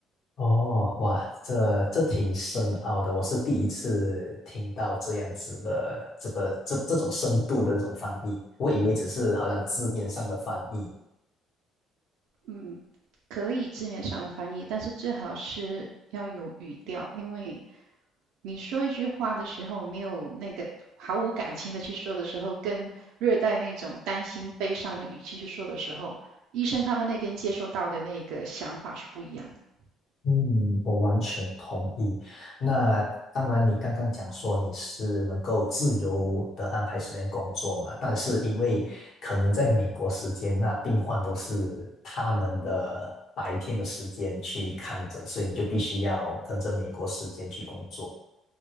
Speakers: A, on the left; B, on the right.
A: 哦，哇，这这挺深奥的，我是第一次听到这样子的这个这这种深度的这种翻译，我以为只是好像字面上的翻译。
B: 嗯，可以字面上的翻译，但是最好是要有语调，因为你说一句话的时候，没有那个毫无感情的去说的时候，跟略带那种担心、悲伤的语气去说的时候，医生他们那边接收到的那个想法是不一样的。
A: 嗯，我完全同意。那当然，你刚刚讲说你是能够自由的安排时间工作嘛，但是因为可能在美国时间，那病患都是他们的白天的时间去看诊，所以你就必须要跟着美国时间去工作。